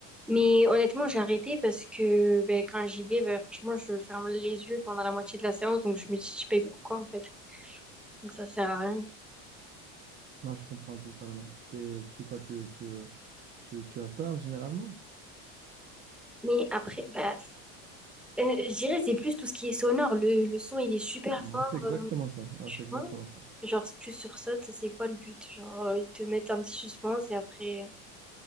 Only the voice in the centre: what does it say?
Mais honnêtement, j'ai arrêté parce que ben, quand j'y vais, ben, franchement, je ferme les yeux pendant la moitié de la séance, donc je me dis, je paye pourquoi, en fait. Donc ça sert à rien.
Mais après, bah, euh, je dirais, c'est plus tout ce qui est sonore. Le, le son, il est super
fort,
euh,
tu
vois.
Genre, si tu sursautes, c'est quoi le but? Genre, euh, ils te mettent un petit suspense et après.